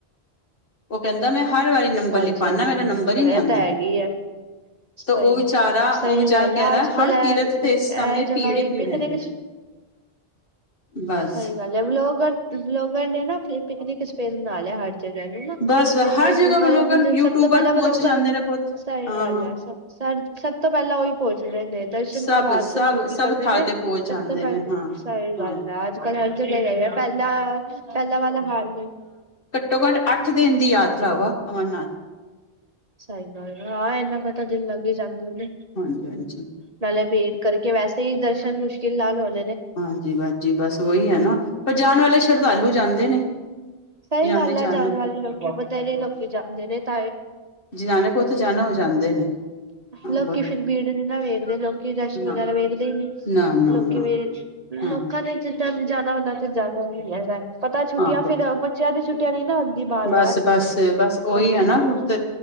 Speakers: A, on the left (about 55°); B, on the right (about 40°).
A: ਉਹ ਕਹਿੰਦਾ ਮੈਂ ਹਰ ਵਾਰੀ ਨੰਬਰ
B: ਹਾਂਜੀ,
A: ਲਿਖਵਾਉਣਾ
B: ਹਾਂਜੀ
A: ਮੇਰਾ ਨੰਬਰ
B: ਇਹ
A: ਹੀ ਨਹੀਂ ਆਉਂਦਾ
B: ਤਾਂ ਹੈਗੇ ਆ ਸਹੀ
A: ਤਾਂ ਉਹ ਵਿਚਾਰਾ
B: ਸਹੀ
A: ਉਹ ਵਿਚਾਰਾ
B: ਗੱਲ
A: ਕਹਿ
B: ਐ
A: ਰਿਹਾ
B: ਅੱਜ
A: ਹਰ
B: ਕੱਲ ਐ
A: ਤੀਰਥ
B: ਇਹ
A: ਤੇ ਇਸ ਸਮੇਂ
B: ਜਗ੍ਹਾ
A: ਭੀੜ
B: ਵੀ
A: ਹੀ ਭੀੜ
B: ਪਿਕਨਿਕ
A: ਹੈਗੀ ਬਸ
B: ਸਹੀ ਗੱਲ ਏ ਵਲੋਗਰ ਵਲੋਗਰ ਨੇ ਨਾ ਪਿਕਨਿਕ ਸਪੇਸ ਬਨਾ ਲਿਆ ਜਗ੍ਹਾ ਨੂੰ ਨਾ
A: ਬਸ
B: ਜਿੱਥੇ
A: ਹਰ ਜਗ੍ਹਾ
B: ਹ
A: ਲੋਕ
B: ਹੁਣ
A: ਯੂਟਿਊਬਰ
B: ਸਭ ਤੋਂ ਪਹਿਲਾਂ
A: ਪਹੁੰਚ
B: ਮਤਲਬ ਉਹ
A: ਜਾਂਦੇ
B: ਘਰ
A: ਨੇ ਪੁੱਤ
B: ਸਹੀ
A: ਹਾਂ
B: ਗੱਲ ਹੈ ਸਰ <unintelligible> ਸਭ ਤੋਂ ਪਹਿਲਾਂ ਉਈ ਪਹੁੰਚਦੇ ਨੇ ਦਰਸ਼ਨ
A: ਸਭ
B: ਤੋਂ ਬਾਅਦ
A: ਸਭ
B: ਲੋਕੀ
A: ਸਭ
B: ਕਰਦੇ
A: ਥਾਂ
B: ਨੇ
A: ਤੇ ਪਹੁੰਚ ਜਾਂਦੇ
B: ਸਭ ਤੋਂ ਪਹਿ
A: ਨੇ ਹਾਂ
B: ਸਹੀ
A: ਹਾਂ
B: ਗੱਲ ਆ ਅੱਜ ਕੱਲ ਹਰ ਜਗ੍ਹਾ <unintelligible> ਪਹਿਲਾਂ ਪਹਿਲਾਂ ਵਾਲਾ ਹਾਲ ਨਹੀਂ
A: ਘੱਟੋ-ਘੱਟ, ਅੱਠ-ਦਿਨ ਦੀ ਯਾਤਰਾ ਵਾ ਅਮਰਨਾਥ
B: ਸਹੀ ਗੱਲ ਹੈ। ਹਾਂ, ਇੰਨੇ ਹੀ ਦਿਨ ਲੱਗ ਜਾਂਦੇ ਹਨ ਉਹਦੇ।
A: ਹਾਂਜੀ-ਹਾਂਜੀ
B: ਨਾਲੇ ਭੇਟ ਕਰਕੇ, ਵੈਸੇ ਵੀ ਦਰਸ਼ਨ ਮੁਸ਼ਕਿਲ ਨਾਲ ਹੁੰਦੇ ਨੇ।
A: ਹਾਂ ਜੀ, ਬਸ ਜੀ। ਬਸ ਉਹੀ ਹੈ ਨਾ, ਪਰ ਜਾਣ ਵਾਲੇ ਸ਼ਰਧਾਲੂ
B: ਨੇ
A: ਜਾਂਦੇ ਨੇ,
B: ਸਹੀ
A: ਜਾਂਦੇ
B: ਗੱਲ
A: ਹੀ ਜਾਂਦੇ
B: ਹੈ ਜਾਣ
A: ਨੇ।
B: ਵਾਲੇ ਲੋਕੀ ਬਥੇਰੇ ਲੋਕੀ ਜਾਂਦੇ ਨੇ ਤ
A: ਜਿਨਾਨੇ ਪੁਤ ਜਾਣਾ ਉ ਜਾਂਦੇ ਨੇ ਹਾਂ
B: ਲੋਕੀ
A: ਬ
B: ਫੇਰ ਬੀੜ ਨੀ ਨਾ ਵੇਖਦੇ ਲੋਕੀ ਰਸ਼
A: ਨਾ
B: ਵਗੈਰਾ ਵੇਖਦੇ ਈ ਨੀ
A: ਨਾ ਨਾ
B: ਲੋਕੀ
A: ਨਾ
B: ਵੀ
A: ਹਾਂ
B: ਲੋਕਾਂ ਨੇ ਜਿੱਦਾਂ ਜਾਣਾ ਹੁੰਦਾ ਤੇ ਜਾਣਾ ਹੀ ਹੈ ਪਤਾ ਛੁੱਟੀਆਂ
A: ਹਾਂ ਪੁੱਤ
B: ਫਿਰ ਬੱਚਿਆਂ ਦੀ ਛੁੱਟੀਆਂ ਨੀ ਨਾ ਹੁੰਦੀ ਬਾਰ
A: ਬਸ
B: ਬਾਰ
A: ਬਸ ਉਹੀ
B: ਬਸ
A: ਹੈ
B: ਛੁੱਟੀ
A: ਨਾ ਪੁੱਤ